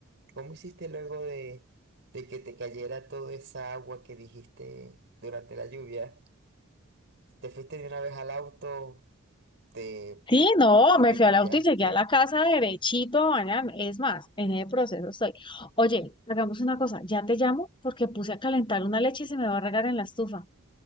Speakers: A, on the right; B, on the left.
A: cómo hiciste luego de, de que te cayera toda esa agua que dijiste durante la lluvia. ¿Te fuiste de una vez al auto? ¿Te,
B: Sí, no, me
A: te
B: fui
A: cambiaste?
B: al auto y llegué a la casa derechito a bañarme. Es más, en el proceso estoy. Oye, hagamos una cosa, ya te llamo porque puse a calentar una leche y se me va a regar en la estufa.